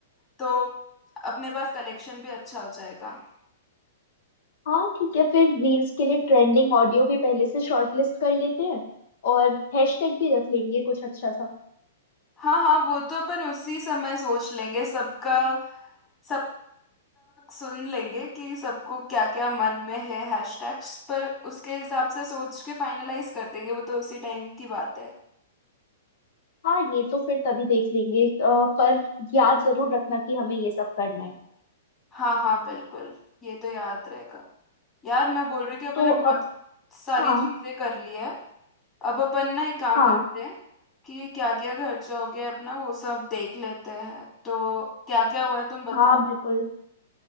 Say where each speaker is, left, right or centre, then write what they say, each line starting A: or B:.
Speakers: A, on the left (about 20°); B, on the left (about 65°).
A: तो अपने पास कलेक्शन भी अच्छा हो जाएगा
B: हाँ ठीक है फिर रील्स के लिए ट्रेंडिंग ऑडियो भी पहले से शॉर्ट लिस्ट कर लेते हैं और हैशटैग भी रख लेंगे कुछ अच्छा सा
A: हाँ हाँ वो तो अपन उसी समय सोच लेंगे सबका सबका सुन लेंगे कि सबको क्या क्या मन में है हैशटैग्स पर उसके हिसाब से सोच के फाइनलाइज कर देंगे वो तो उसी टाइम की बात है
B: हाँ ये तो फिर तभी देख लेंगे अ, पर याद जरूर रखना कि हमें ये सब करना है
A: हाँ हाँ बिल्कुल ये तो याद रहेगा यार मैं बोल रही थी अपन
B: तो
A: ने बहुत
B: अब
A: सारी
B: हाँ
A: चीजें कर ली है अब अपन ना एक काम
B: हाँ
A: करते हैं कि क्या क्या खर्चा हो गया है अपना वो सब देख लेते हैं तो क्या क्या हुआ है तुम बताओ
B: हाँ बिल्कुल